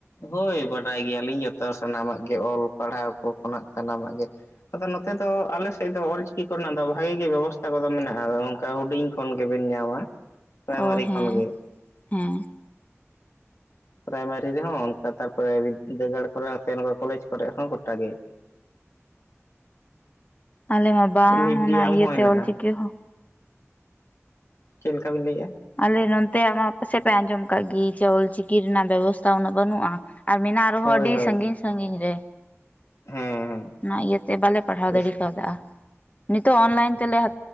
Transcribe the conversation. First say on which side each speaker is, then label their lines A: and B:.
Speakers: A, on the left; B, on the left.
A: ᱦᱳᱭ ᱵᱟᱰᱟᱭ ᱜᱮᱭᱟᱞᱤᱧ ᱡᱚᱛᱚ ᱥᱟᱱᱟᱢᱟᱜ ᱜᱮ ᱚᱞ ᱯᱟᱲᱦᱟᱣ ᱠᱚ ᱠᱷᱚᱱᱟᱜ ᱥᱟᱱᱟᱢᱟᱜ ᱜᱮ ᱟᱫᱚ ᱱᱚᱛᱮ ᱫᱚ ᱟᱞᱮ ᱥᱮᱫ ᱫᱚ ᱚᱞᱪᱤᱠᱤ ᱠᱚᱨᱮᱱᱟᱜ ᱫᱚ ᱵᱷᱟᱜᱮ ᱜᱮ ᱵᱮᱵᱚᱥᱛᱷᱟ ᱠᱚᱫᱚ ᱢᱮᱱᱟᱜ-ᱟ ᱟᱫᱚ ᱚᱱᱠᱟ ᱦᱩᱰᱤᱧ ᱠᱷᱚᱱ ᱜᱮᱵᱤᱱ ᱧᱟᱢᱟ ᱯᱨᱟᱭᱢᱟᱨᱤ
B: ᱚ ᱦᱮᱸ
A: ᱠᱷᱚᱱ ᱜᱮ
B: ᱦᱮᱸ
A: ᱯᱨᱟᱭᱢᱟᱨᱤ ᱨᱮᱦᱚᱸ ᱚᱱᱠᱟ ᱛᱟᱨᱯᱚᱨᱮ ᱵᱤᱫᱽᱫᱟᱹᱜᱟᱲ ᱠᱚᱨᱮ ᱦᱚᱸ ᱥᱮ ᱱᱚᱠᱟ ᱠᱚᱞᱮᱡᱽ ᱠᱚᱨᱮ ᱦᱚᱸ ᱜᱚᱴᱟ ᱜᱮ
B: ᱟᱞᱮ ᱢᱟ ᱵᱟᱝ
A: ᱢᱤᱰᱤᱭᱟᱢ
B: ᱚᱱᱟ ᱤᱭᱟᱹᱛᱮ
A: ᱦᱚᱸ ᱦᱮᱱᱟᱜᱼᱟ
B: ᱚᱞᱪᱤᱠᱤ ᱦᱚᱸ
A: ᱪᱮᱫ ᱞᱮᱠᱟ ᱵᱤᱱ ᱞᱟᱹᱭᱮᱫ-ᱟ
B: ᱟᱞᱮ ᱱᱚᱛᱮ ᱟᱢᱟᱜ ᱯᱟᱥᱮᱡ ᱯᱮ ᱟᱸᱡᱚᱢ ᱟᱠᱟᱫ ᱜᱮ ᱡᱮ ᱚᱞᱪᱤᱠᱤ ᱨᱮᱱᱟᱜ ᱵᱮᱵᱚᱥᱛᱷᱟ ᱩᱱᱟᱹᱜ ᱵᱟᱹᱱᱩᱜ-ᱟ ᱟᱨ ᱢᱮᱱᱟᱜ-ᱟ ᱟᱨᱦᱚᱸ
A: ᱦᱳᱭ
B: ᱟᱹᱰᱤ
A: ᱦᱳᱭ
B: ᱥᱟᱺᱜᱤᱧ ᱥᱟᱺᱜᱤᱧ ᱨᱮ
A: ᱦᱮᱸ ᱦᱮᱸ
B: ᱚᱱᱟ ᱤᱭᱟᱹᱛᱮ ᱵᱟᱞᱮ ᱯᱟᱲᱦᱟᱣ
A: ᱮᱥ
B: ᱫᱟᱲᱮ ᱠᱟᱣᱫᱟ ᱱᱤᱛᱳᱜ ᱚᱱᱞᱟᱭᱤᱱ ᱛᱮ ᱛᱮᱞᱮ ᱦᱟ